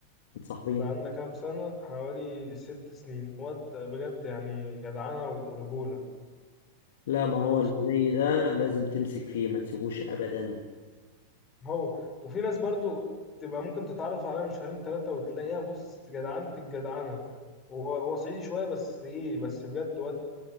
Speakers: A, on the left; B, on the left.
A: متصاحبين؟
B: بقالنا كام سنة حوالي ست سنين واد بجد يعني جدعانة ورجولة
A: لا ما هو
B: فسبحان
A: اللي زي ده لازم تمسك فيه ما تسيبوش ابدا
B: هو وفي ناس برضو تبقى ممكن تتعرف عليها من شهرين تلاتة وتلاقيها بص جدعانة الجدعانة وهو هو صعيدي شوية بس إيه بس بجد واد